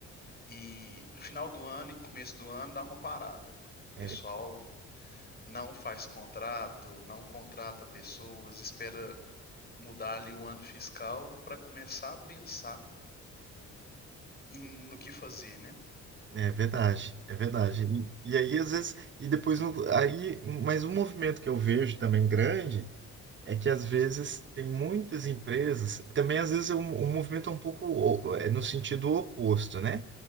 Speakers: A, on the left; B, on the right.
A: E no final do ano e começo do ano dá uma parada. O
B: é,
A: pessoal não faz contrato, não contrata pessoas, espera mudar ali o ano fiscal para começar a pensar em, no que fazer, né?
B: é verdade, é verdade. E, e aí, às vezes, e depois, no- aí, mas um movimento que eu vejo também grande é que, às vezes, tem muitas empresas, também, às vezes, o um, um movimento é um pouco o- é no sentido oposto, né?